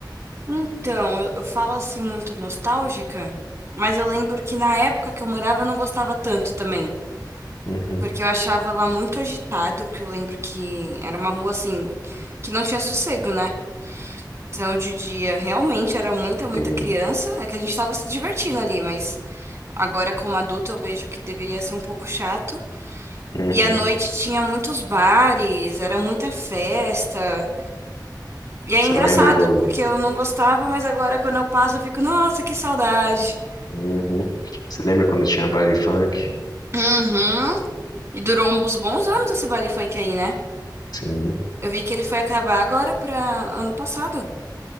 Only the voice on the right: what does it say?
Então, eu, eu falo assim muito nostálgica, mas eu lembro que na época que eu morava eu não gostava tanto também,
porque eu achava lá muito agitado, porque eu lembro que era uma rua assim que não tinha sossego, né? Então, de dia realmente era muita, muita
criança, é que a gente tava se divertindo ali, mas agora como adulta eu vejo que deveria ser um pouco chato.
E à noite tinha muitos bares, era muita festa. E é
engraçado,
porque eu não gostava, mas agora quando eu passo eu fico, nossa, que saudade.
Uhum. E durou uns bons anos esse baile funk aí, né?
Eu vi que ele foi acabar agora pra ano passado.